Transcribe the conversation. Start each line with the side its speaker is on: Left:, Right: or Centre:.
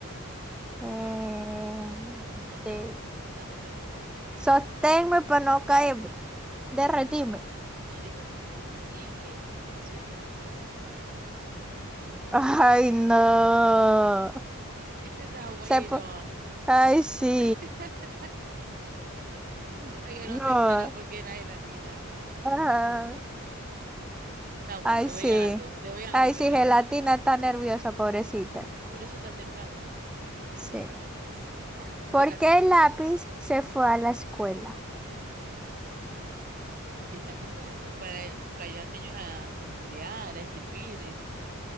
Centre: Eh,
Right: Mete
Centre: sí.
Right: un, un canguro a la gelatina. ¿Qué le dijo?
Centre: Sosténme para no caerme. Derretime.
Right: No, dijo, no dijo, no tiembles, que soy yo.
Centre: <laughs> Ay, no.
Right: Ese está bueno.
Centre: Se po- Ay, sí.
Right: <laughs> Para que
Centre: No.
Right: no temblara porque era gelatina.
Centre: Ajá.
Right: Está bueno,
Centre: Ay,
Right: te voy
Centre: sí.
Right: ganando, te voy ganando
Centre: Ay,
Right: definitivamente.
Centre: sí, gelatina está nerviosa, pobrecita.
Right: Por eso está temblando.
Centre: Sí.
Right: Sí. Ajá, te
Centre: ¿Por
Right: tocaste.
Centre: qué el lápiz se fue a la escuela?
Right: Y el lápiz para, para, para ayudar a los niños a, a estudiar, a escribir. <laughs> eh.